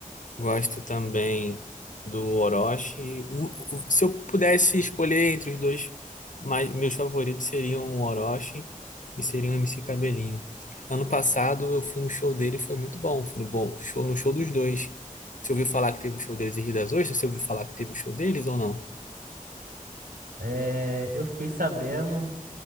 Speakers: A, on the left (about 60°); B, on the right (about 80°).
A: gosto também do Orochi. Um, o- Se eu pudesse escolher entre os dois, mas meus favoritos seriam o Orochi e seriam o MC Cabelinho. Ano passado eu fui no show dele, e foi muito bom, foi no bom show no show dos dois. Você ouviu falar que teve um show deles em Rio das Ostras? Você ouviu falar que teve um show deles ou não?
B: É, eu fiquei sabendo